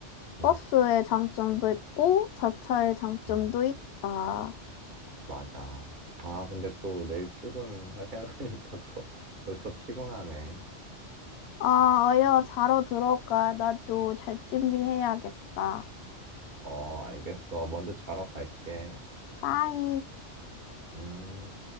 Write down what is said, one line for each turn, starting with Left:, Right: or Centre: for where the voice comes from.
Right: 응,
Left: 버스의 장점도 있고, 자차의 장점도
Right: 응,
Left: 있다.
Right: 맞아. 아, 근데 또 내일 출근할 생각하니까 <laughs> 또 벌써 피곤하네.
Left: 아, 어여, 자러 들어가. 나도 잘 준비해야겠다.
Right: 어, 알겠어. 먼저 자러 갈게.
Left: 빠이.
Right: 음.